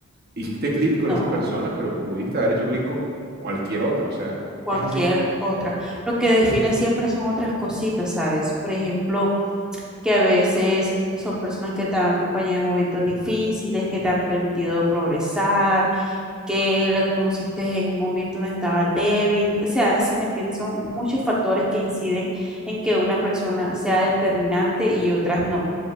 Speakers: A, on the right; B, in the centre.
A: Hiciste clic con
B: no.
A: esa persona, pero pudiste haber hecho clic con cualquier otra, o sea,
B: cualquier
A: es así.
B: otra. Lo que define siempre son otras cositas, ¿sabes? Por ejemplo, que a veces son personas que te han acompañado en momentos difíciles, que te han permitido progresar, que la conociste en un momento donde estabas débil. O sea, si me entiendes, son muchos factores que inciden en que una persona sea determinante y otras no.